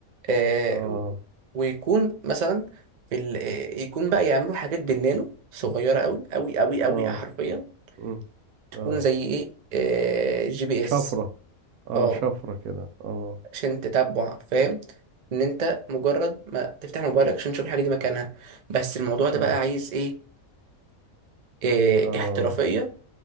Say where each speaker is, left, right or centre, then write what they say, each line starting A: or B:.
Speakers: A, on the right; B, on the right.
A: آه،
B: اه
A: و- ويكون مثلا في ال... آه، يكون بقى يعملوا حاجات بالنانو صغيره قوي قوي قوي قوي
B: اه
A: حرفيا
B: امم
A: تكون
B: اه
A: زي ايه آه، جي بي
B: شفرة
A: اس
B: اه
A: اه
B: شفرة كده اه
A: عشان تتبع فاهم ان انت مجرد ما تفتح موبايلك عشان تشوف الحاجه دي مكانها بس الموضوع ده
B: اه
A: بقى عايز ايه, إيه
B: اه
A: احترافيه